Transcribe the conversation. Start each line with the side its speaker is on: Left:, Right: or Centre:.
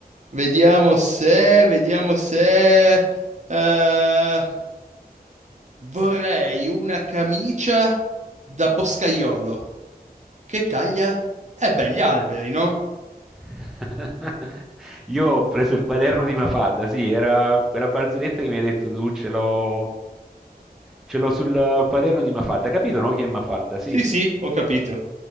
Right: vediamo se, vediamo se... eh, vorrei una camicia da boscaiolo che taglia... Eh beh, gli alberi, no?
Centre: <laughs> Io ho preso il quaderno di Mafalda, sì, era quella barzelletta che mi hai detto tu, ce l'ho ce l'ho sul quaderno di Mafalda. Capito, no? Chi è Mafalda? Sì.
Right: Sì, sì, ho capito.